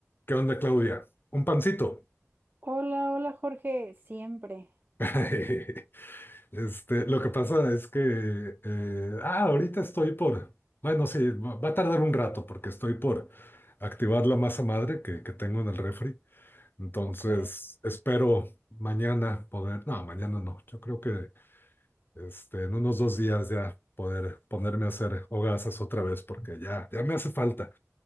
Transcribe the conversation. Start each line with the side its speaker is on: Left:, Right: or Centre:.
Left: ¿Qué onda, Claudia? Un pancito.
Right: Hola, hola Jorge, siempre.
Left: <laughs> Este, lo que pasa es que, eh, ah, ahorita estoy por, bueno, sí, va va a tardar un rato porque estoy por activar la masa madre que, que tengo en el refri. Entonces,
Right: Ok.
Left: espero mañana poder, no, mañana no, yo creo que este, en unos dos días ya poder ponerme a hacer hogazas otra vez porque ya, ya me hace falta,